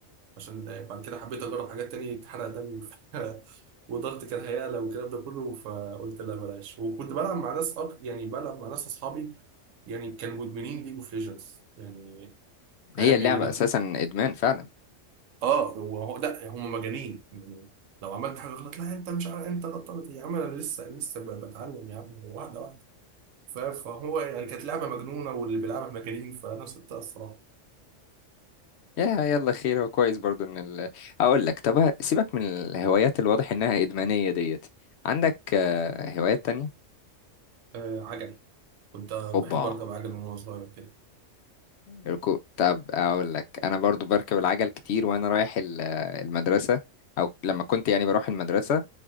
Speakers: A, on the right (about 75°); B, on the left (about 65°).
A: عشان بعد كده حبيت اجرب حاجات تاني اتحرق دمي <laughs> وضغط كان هيعلى والكلام ده كله فقلت لا بلاش وكنت بلعب مع ناس أك... يعني بلعب مع ناس اصحابي يعني كانوا مدمنين ليج اوف ليجندز يعني فاهم
B: هي اللعبة
A: يعني لا
B: اساسا ادمان فعلا
A: اه هو هو- لا هم مجانين يعني لو عملت حاجه غلط لا انت مش عارف انت غلطان يا عم انا لسه لسه ب- بتعلم يا عم واحده واحده ف- فهو يعني كانت لعبه مجنونه واللي بيلعبها مجانين فانا سبتها الصراحه
B: يا يلا خير هو كويس برضو ان ال... اقول لك طب سيبك من الهوايات الواضح انها ادمانية ديت عندك آه، هوايات تانية
A: آه عجل كنت بحب
B: اوبا
A: اركب عجل من وانا صغير كده
B: ركوب طب اقول لك انا برضو بركب العجل كتير وانا رايح ال- المدرسه او لما كنت يعني بروح المدرسه